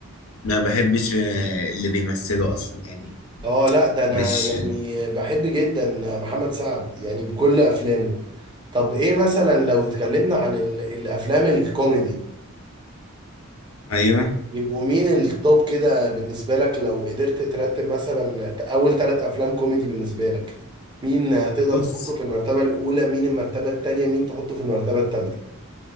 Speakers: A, on the left (about 70°); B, on the right (about 20°).
A: ما بحبش آه، اللي بيمثله اصلا يعني
B: اه لا ده انا
A: مش
B: يعني بحب جدا محمد سعد يعني بكل افلامه طب ايه مثلا لو اتكلمنا عن ال- الافلام الكوميدي
A: ايوه
B: يبقوا مين التوب كده بالنسبة لك لو قدرت ترتب مثلا أول ثلاث أفلام كوميدي بالنسبة لك مين تقدر
A: بص
B: تحطه في المرتبة الأولى مين المرتبة التانية مين تحطه في المرتبة التالتة